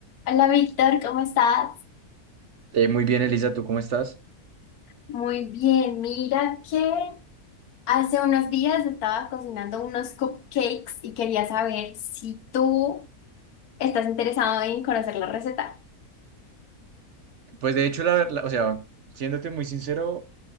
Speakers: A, on the left (about 75°); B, on the right (about 55°).
A: Hola Víctor, ¿cómo estás?
B: Eh, muy bien, Elisa, ¿tú cómo estás?
A: Muy bien, mira que hace unos días estaba cocinando unos cupcakes y quería saber si tú estás interesado en conocer la receta.
B: Pues de hecho, la, la- o sea, siéndote muy sincero,